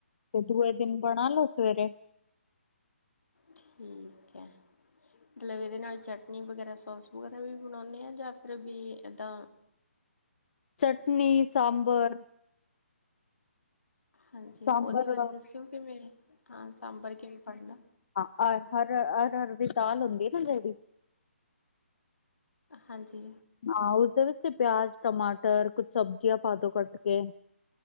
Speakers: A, on the left; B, on the left.
A: ਤੇ ਦੂਏ ਦਿਨ ਬਣਾ ਲੋ ਸਵੇਰੇ
B: ਠੀਕ ਹੈ ਮਤਲਬ ਇਹਦੇ ਨਾਲ ਚਟਨੀ ਵਗੈਰਾ ਸੋਸ ਵਗੈਰਾ ਵੀ ਬਣਾਉਂਦੇ ਹਾਂ ਜਾਂ ਫਿਰ ਵੀ ਏਦਾਂ
A: ਚਟਨੀ, ਸਾਂਬਰ
B: ਹਾਂਜੀ
A: ਸਾਂਬਰ
B: ਉਹਦੇ ਬਾਰੇ ਦੱਸਿਓ ਕਿਵੇਂ ਹਾਂ ਸਾਂਬਰ ਕਿਵੇਂ ਬਣਦਾ
A: ਹ ਹਰ ਹਰ ਹਰ ਦੀ ਦਾਲ ਹੁੰਦੀ ਨਾ ਜਿਹੜੀ
B: ਹਾਂਜੀ
A: ਹਾਂ ਉਸਦੇ ਵਿੱਚ ਪਿਆਜ, ਟਮਾਟਰ ਕੁਛ ਸਬਜ਼ੀਆਂ ਪਾਦੋ ਕੱਟ ਕੇ